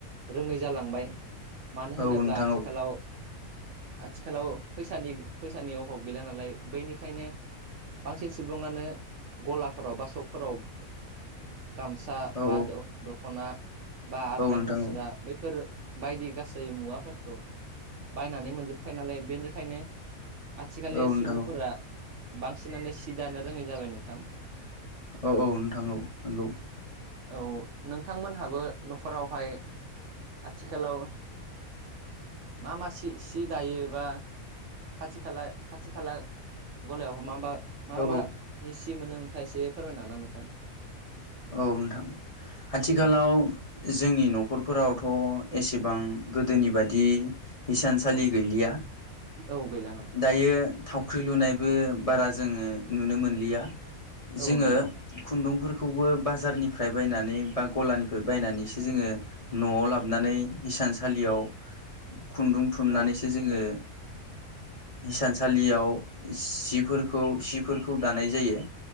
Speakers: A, on the right; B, on the left.
A: रोंङै जालांबाय। मानो
B: औ
A: होनोब्ला
B: नोंथां
A: आथिखालाव।
B: औ
A: आथिखालाव फैसानि फैसानि अभाब गैला नालाय बैनिखायनो। बांसिन सुबुंङानो गलाफोराव बा सकफोराव। गामसा
B: औ
A: बा द-दख'ना बा आर'नाइ
B: औ नोंथां
A: फास्रा
B: औ नोंथां औ
A: बैफोर बायदि गासै। जोरै मुवाफोरखौ बायनानै मोनजोबखायो नालाय बेनिखायनो। आथिखालनि
B: औ नोंथां
A: सुबुंफोरा बांसिनानो सि दानो रोंङै जाबाय नोंथां।
B: औ औ नोंथां औ नोंगौ।
A: औ नोंथांमोनहाबो न'खरावहाय आथिखालाव। मा मा सि सि दायोबा एबा खाथि खालाओ खाथि खालाओ गलायावहा माबा मा
B: औ
A: मा नि सि मोनो नोंथांङा एसे फोरमायना हागोनना नोंथां।
B: औ नोंथां आथिखालाव
A: औ
B: जोंनि न'खरफोरावथ' एसेबां गोदोनि बादि हिसानसालि
A: औ
B: गैलिया
A: औ गैला नोंथां
B: दायो बे थावख्रि लुनायबो बारा जोंङो नुनो मोनलिया
A: औ
B: जोंङो
A: नंगौ
B: खुन्दुंफोरखौबो बाजारनिफ्राय बायनानै बा गलानिफाय
A: औ
B: बायनानैसो जोंङो न'आव लाबोनानै हिसान सालियाव खुन्दुं थुननानैसो
A: औ
B: जोंङो हिसान सालियाव जिफोरखौ सिफोरखौ दानाय जायो।